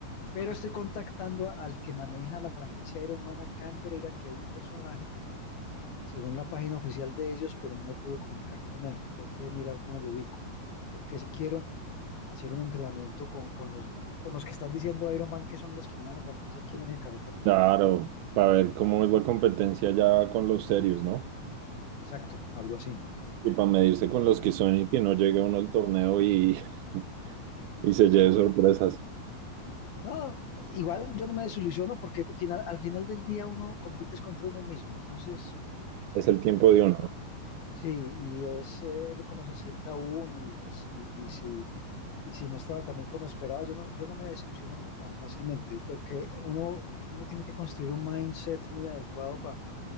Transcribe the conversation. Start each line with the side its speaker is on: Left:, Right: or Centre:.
Left: Pero estoy contactando a, al que maneja la franquicia Ironman acá en Pereira, que hay un personaje, según la página oficial de ellos, pero no me he podido comunicar con él. Tengo que mirar cómo lo ubico. Porque si quiero hacer un entrenamiento con, con los, de- con los que están diciendo Ironman, que son los que manejan la franquicia aquí en el Eje Cafetero.
Right: Claro, para ver cómo es la competencia ya con los serios, ¿no?
Left: Exacto, algo así.
Right: Y para medirse con los que son y que no llegue uno al torneo y, <laughs> y se lleve sorpresas.
Left: No, igual yo no me desilusiono porque final- al final del día uno compites contra uno mismo, entonces
Right: Es el tiempo
Left: eh,
Right: de uno.
Left: sí, y es eh, cómo se sienta uno y pues y, y si y si no estaba también como esperaba, yo no yo no me decepciono tan fácilmente porque uno uno tiene que construir un mindset muy adecuado para